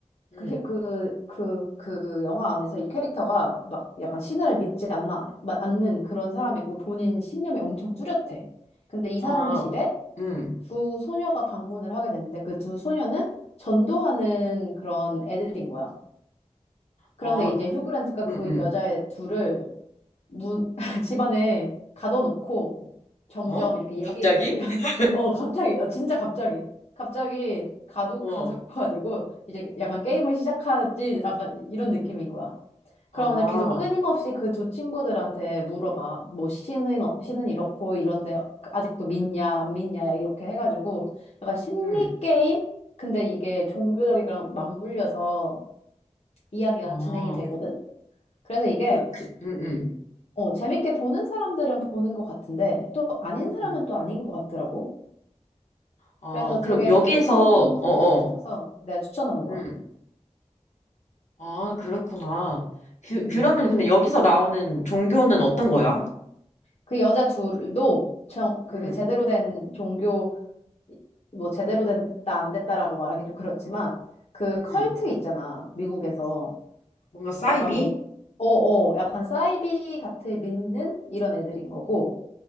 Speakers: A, on the left; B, on the left.
A: 응.
B: 그, 휴- 그, 그, 그 영화 안에서 이 캐릭터가 막 약간 신을 믿지 않아, 마- 않는 그런 사람이고, 본인 신념이 엄청 뚜렷해. 근데 이 사람
A: 아,
B: 집에
A: 응,
B: 두 소녀가 방문을 하게 되는데, 그 두 소녀는 전도하는 그런 애들인 거야. 그런데
A: 아,
B: 이제 휴그랜트가 그
A: 응, 응.
B: 여자애 둘을 문, <laughs> 집안에 가둬놓고 점점
A: 어?
B: 이렇게 얘기,
A: 갑자기? <laughs>
B: 어, 갑자기, 어, 진짜 갑자기, 갑자기 가두,
A: 어,
B: 가둬가지고 이제 약간 게임을 시작하지, 약간 이런 느낌인 거야. 그러면서
A: 아,
B: 계속 끊임없이 그 두 친구들한테 물어봐. 뭐, 신은, 어- 신은 이렇고 이런데 아직도 믿냐, 안 믿냐, 야, 이렇게 해가지고 약간 심리
A: 응,
B: 게임? 근데 이게 종교적이랑 맞물려서 이야기가
A: 아,
B: 진행이 되거든? 그래서 이게
A: 그, 그, 응, 응,
B: 저, 어, 재밌게 보는 사람들은 보는 것 같은데 또 아닌 사람은
A: 응.
B: 또 아닌 것 같더라고.
A: 아,
B: 그래서 되게
A: 그럼 여기에서,
B: 흥미로운
A: 어, 어,
B: 점이 있어서 내가 추천하는 거야.
A: 응. 아, 그렇구나. 그,
B: 음,
A: 그러면
B: 음.
A: 근데 여기서 나오는 종교는 어떤 거야?
B: 그 여자 둘도 정, 그게
A: 응,
B: 제대로 된 종교 뭐 제대로 됐다 안 됐다라고 말하긴 좀 그렇지만 그 컬트
A: 응.
B: 있잖아 미국에서
A: 뭔가 사이비?
B: 약간 뭐 어어 약간 사이비 같은 믿는 이런 애들인 거고